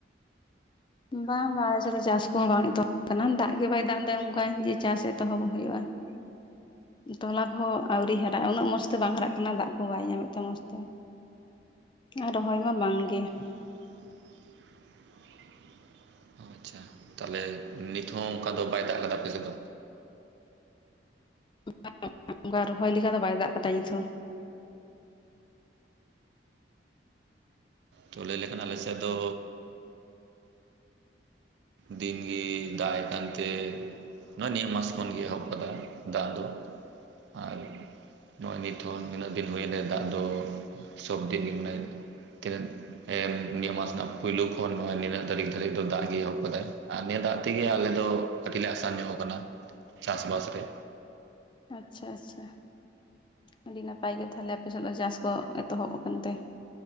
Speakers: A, on the left (about 25°); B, on the right (about 65°).
A: ᱵᱟᱝ ᱵᱟᱝ ᱟᱞᱮ ᱥᱮᱫ ᱫᱚ ᱪᱟᱥ ᱠᱚᱦᱚ ᱵᱟᱝ ᱮᱛᱚᱦᱚᱵ ᱟᱠᱟᱱᱟ ᱫᱟᱜ ᱜᱮ ᱵᱟᱭ ᱫᱟᱜ ᱮᱫᱟ ᱚᱱᱠᱟ ᱡᱮ ᱪᱟᱥ ᱮᱛᱚᱦᱚᱵ ᱦᱩᱭᱩᱜᱼᱟ ᱾ <unintelligible> ᱛᱚᱞᱟ ᱠᱚᱦᱚ ᱟᱹᱣᱨᱤ ᱦᱟᱨᱟᱜᱼᱟ ᱩᱱᱟᱹᱜ ᱢᱚᱸᱡᱽ ᱛᱮ ᱵᱟᱝ ᱦᱟᱨᱟᱜ ᱠᱟᱱᱟ ᱫᱟᱜ ᱠᱚ ᱵᱟᱭ ᱧᱟᱢᱮᱫ ᱛᱮ ᱢᱚᱸᱡᱽ ᱛᱮ᱾ ᱟᱨ ᱨᱚᱦᱚᱭ ᱢᱟ ᱵᱟᱝ ᱜᱮ ᱾
B: <unintelligible> ᱚ ᱟᱪᱪᱷᱟ ᱛᱟᱦᱚᱞᱮ ᱱᱤᱛ ᱦᱚᱸ ᱚᱱᱠᱟ ᱫᱚ ᱵᱟᱭ ᱫᱟᱜ ᱞᱮᱫᱟ ᱟᱯᱮ ᱥᱮᱫ ᱫᱚ?
A: <unintelligible> ᱚᱝᱠᱟ ᱨᱚᱦᱚᱭ ᱞᱮᱠᱟ ᱫᱚ ᱵᱟᱭ ᱫᱟᱜ ᱟᱠᱟᱫᱟ ᱱᱤᱛᱦᱚ᱾
B: ᱛᱚ ᱞᱟᱹᱭ ᱞᱮᱠᱷᱟᱱ ᱟᱞᱮ ᱥᱮᱫ ᱫᱚᱻ, ᱫᱤᱱ ᱜᱤᱻ ᱫᱟᱜ ᱮᱜ ᱠᱟᱱ ᱛᱮ ᱱᱚᱜᱼᱚᱭ ᱱᱤᱭᱟᱹ ᱢᱟᱥ ᱠᱷᱚᱱᱜᱮ ᱮᱦᱚᱵ ᱠᱟᱫᱟ ᱫᱟᱜ ᱫᱚ ᱟᱨ ᱱᱚᱜᱼᱚᱭ ᱱᱤᱛᱦᱚᱸ ᱱᱤᱱᱟᱹᱜ ᱫᱤᱱ ᱦᱩᱭᱮᱱ ᱨᱮ ᱫᱟᱜ ᱫᱚ ᱥᱚᱵᱫᱤᱱ ᱜᱮ ᱢᱟᱱᱮ ᱛᱤᱱᱟᱹᱜ ᱮ ᱱᱤᱭᱟᱹ ᱢᱟᱥ ᱨᱮᱱᱟᱜ ᱯᱩᱭᱞᱩ ᱠᱷᱚᱱ ᱱᱚᱜᱼᱚᱭ ᱱᱤᱱᱟᱹᱜ ᱫᱷᱟᱹᱨᱤᱠ ᱛᱟᱹᱨᱤᱠ ᱫᱚ ᱫᱟᱜ ᱜᱤ ᱮᱦᱚᱵ ᱠᱟᱫᱟᱭ᱾ ᱟᱨ ᱱᱤᱭᱟᱹ ᱫᱟᱜ ᱛᱮᱜᱮ ᱟᱞᱮ ᱫᱚ ᱠᱟᱹᱴᱤᱡ ᱞᱮ ᱟᱥᱟᱱ ᱧᱚᱜ ᱟᱠᱟᱱᱟ ᱪᱟᱥᱼᱵᱟᱥ ᱨᱮ᱾
A: ᱟᱪᱪᱷᱟ ᱟᱪᱪᱷᱟ᱾ ᱟᱹᱰᱤ ᱱᱟᱯᱟᱭ ᱜᱮ ᱛᱟᱦᱞᱮ ᱟᱯᱮ ᱥᱮᱫ ᱫᱚ ᱪᱟᱥ ᱠᱚ ᱮᱛᱚᱦᱚᱵ ᱟᱠᱟᱱᱛᱮ᱾